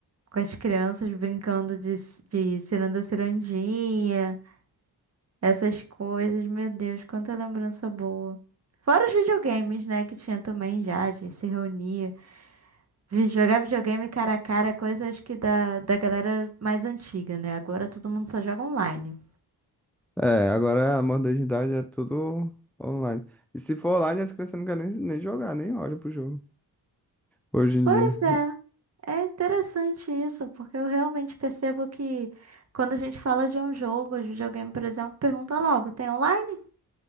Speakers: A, on the right; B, in the centre.
A: com as crianças brincando de, ci- de ciranda cirandinha, essas coisas, meu Deus, quanta lembrança boa. Fora os videogames, né, que tinha também já, a gente se reunia. Vi- Jogar videogame cara a cara é coisa acho que da, da galera mais antiga, né? Agora todo mundo só joga online.
B: É, agora a modernidade é tudo online. E se for online, as crianças não querem nem, nem jogar, nem olham pro jogo. Hoje em
A: Pois
B: dia.
A: é, é interessante isso, porque eu realmente percebo que quando a gente fala de um jogo, de videogame, por exemplo, pergunta logo, tem online?